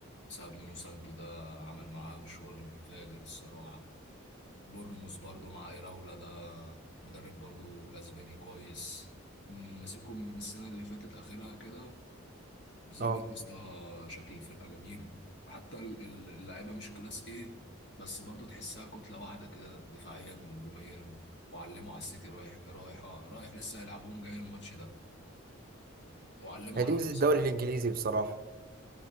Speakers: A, on the left; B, on the right.
A: بسبب نونو سانتو ده عمل معاه مشوار فاجر الصراحه بورنموث برضو مع ايراولا ده مدرب برضو اسباني كويس ماسكهم من السنه اللي فاتت اخرها كده ظابط
B: اه
A: يا اسطى شكل الفرقه جميل حتى ال- ال- اللعيبه مش كلاس ايه بس برضو تحسها كتله واحده كده دفاعيا وهجوميا وعلموا على السيتي رايح رايح اه رايح لسه هيلعبوهم جاي الماتش ده وعلموا
B: هي دي
A: على
B: ميزة
A: ارسنال
B: الدوري الإنجليزي بصراحة